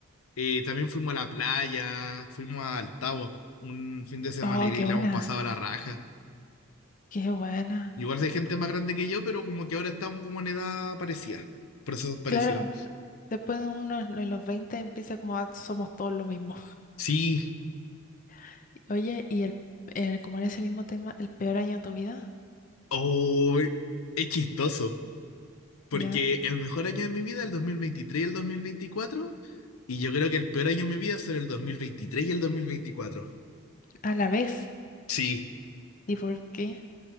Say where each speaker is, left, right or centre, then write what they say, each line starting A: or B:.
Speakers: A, on the left (about 80°); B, on the left (about 40°).
A: eh, también fuimos a la playa, fuimos a Altavo un fin de semana
B: Oh,
A: y
B: qué
A: le
B: buena,
A: hemos pasado la raja.
B: qué buena.
A: Igual si hay gente más grande que yo, pero como que ahora estamos como en edad parecida, procesos parecidos.
B: Claro, después de unos, de los 20 empieza como a- somos todos lo mismo.
A: Sí,
B: <laughs> Oye, y el, el- como en ese mismo tema, el peor año de tu vida,
A: oh, es chistoso. Porque
B: ¿ya?
A: el mejor año de mi vida, el 2023 y el dos mil veinticuatro y yo creo que el peor año de mi vida será el 2023 y el dos mil veinticuatro
B: A la vez.
A: Sí,
B: ¿Y por qué?